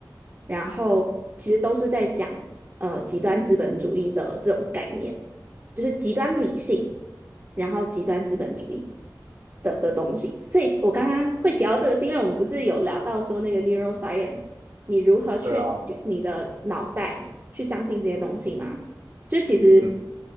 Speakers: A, on the right; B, on the right.
A: 然后其实都是在讲呃极端资本主义的这种概念。就是极端理性，然后极端资本主义的的东西。所以我刚刚会提到这个，是因为我们不是有聊到说那个 neuroscience，你如何去你的脑袋去相信这些东西吗？
B: 对啊，
A: 就其实，
B: 嗯